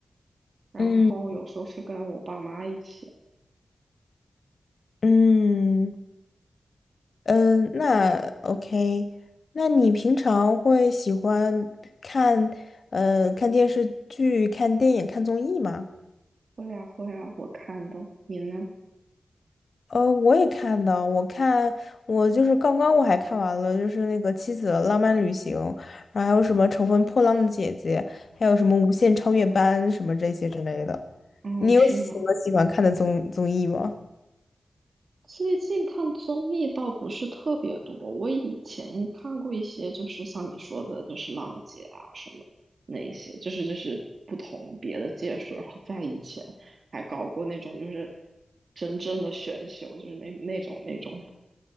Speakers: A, on the right; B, on the left.
A: 然后有时候是跟我爸妈一起。
B: 嗯嗯嗯，那 OK，那你平常会喜欢看呃看电视剧、看电影、看综艺吗？
A: 会啊会啊，我看的。你呢？
B: 呃，我也看到，我看我就是刚刚我还看完了，就是那个《妻子的浪漫旅行》，然后还有什么《乘风破浪的姐姐》，还有什么《无限超越班》什么这些之类的。
A: 嗯，
B: 你有什么喜欢看的综综艺吗
A: 是吗？最近看综艺倒不是特别多，我以前看过一些，就是像你说的，就是浪姐啊什么那一些，就是就是不同别的届数，然后在以前还搞过那种就是真正的选秀，就是那那种那种